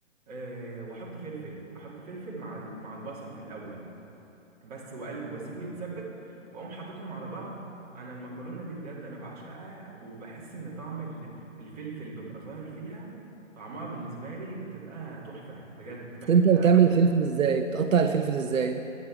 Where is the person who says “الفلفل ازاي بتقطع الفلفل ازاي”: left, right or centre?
Right